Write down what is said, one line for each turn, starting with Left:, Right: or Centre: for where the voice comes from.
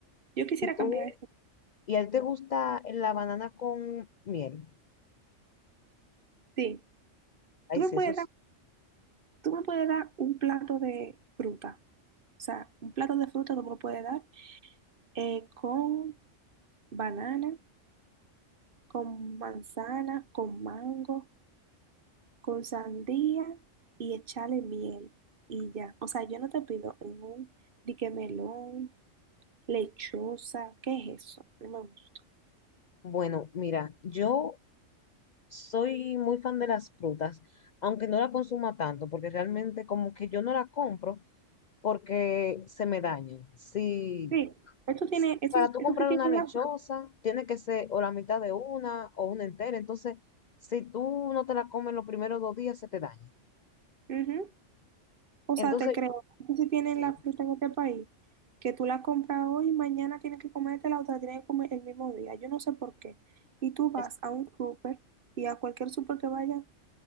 Right: Yo quisiera
Left: ¿Y tú?
Right: cambiar esto.
Left: ¿Y a ti te gusta la banana con miel?
Right: Sí.
Left: Ay,
Right: Tú me
Left: sí,
Right: puedes
Left: eso es
Right: dar, tú me puedes dar un plato de fruta. O sea, un plato de fruta tú me lo puedes dar eh, con banana, con manzana, con mango. con sandía y echarle miel y ya. O sea, yo no te pido en un dique melón, lechosa, ¿qué es eso? No me gusta.
Left: bueno. Mira, yo soy muy fan de las frutas, aunque no la consuma tanto, porque realmente como que yo no la compro porque se me dañan. Sí,
Right: Sí, esto tiene, esto,
Left: Para tú
Right: esto
Left: comprar
Right: sí tiene
Left: una lechosa,
Right: la fruta.
Left: tiene que ser o la mitad de una o una entera. Entonces, si tú no te la comes los primeros dos días, se te daña.
Right: Ujú. O
Left: Entonces,
Right: sea, te creo, esto sí tiene
Left: sí,
Right: la fruta en este país, que tú la compras hoy y mañana tienes que comértela o te la otra, tienes que comer el mismo día. Yo no sé por qué. Y tú vas
Left: es-
Right: a un súper y a cualquier súper que vaya,